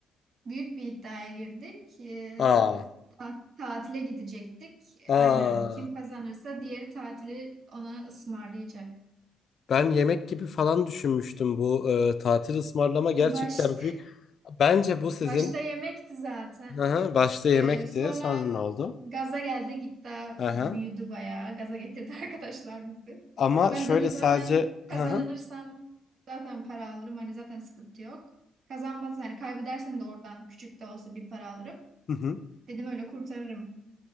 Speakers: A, on the right; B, on the left.
A: Büyük bir iddiaya girdik. Ee,
B: Aa,
A: ta- tatile gidecektik.
B: aa.
A: Aynen. Kim kazanırsa diğeri tatili ona ısmarlayacak.
B: Ben yemek gibi falan düşünmüştüm bu e, tatil ısmarlama gerçekten
A: Baş,
B: büyük. Bence
A: <laughs>
B: bu sizin
A: başta yemekti zaten.
B: hı hı, başta yemekti.
A: Ee, sonra
B: Sonra ne oldu?
A: gaza geldi gitti.
B: Hı
A: Büyüdü
B: hı.
A: bayağı. Gaza getirdi <laughs> arkadaşlar bizi.
B: Ama
A: Ben
B: şöyle
A: dedim
B: sadece
A: zaten kazanırsam
B: hı hı.
A: zaten para alırım. Hani zaten sıkıntı yok. Kazanmaz yani kaybedersen de oradan küçük de olsa bir para alırım.
B: Hı hı.
A: Dedim öyle kurtarırım.